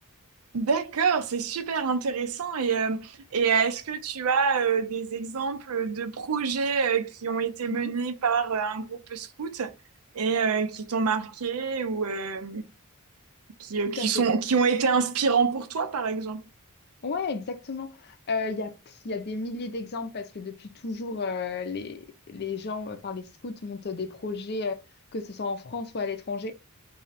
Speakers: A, on the right (about 70°); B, on the left (about 45°).
A: D'accord, c'est super intéressant. Et, euh, et est-ce que tu as euh, des exemples de projets euh, qui ont été
B: Mhm,
A: menés par euh, un groupe scout et euh, qui t'ont marqué ou euh, qui,
B: tout
A: euh, qui,
B: à
A: sont,
B: fait.
A: qui ont été inspirants pour toi, par exemple.
B: Ouais, exactement. Euh, Il y a, pff, il y a des milliers d'exemples parce que depuis toujours, euh, les, les gens, enfin les scouts montent des projets, euh, que ce soit en France ou à l'étranger.